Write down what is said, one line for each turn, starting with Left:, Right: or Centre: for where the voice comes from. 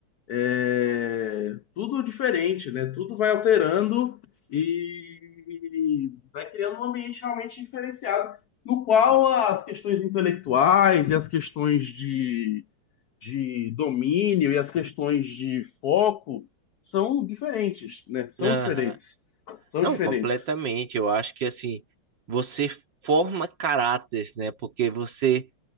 Left: É, tudo diferente, né? Tudo vai alterando e vai criando um ambiente realmente diferenciado, no qual as questões intelectuais e as questões de, de domínio e as questões de foco são diferentes, né? São
Right: Aham.
Left: diferentes. São
Right: Não,
Left: diferentes.
Right: completamente. Eu acho que assim, você forma caráteres, né? Porque você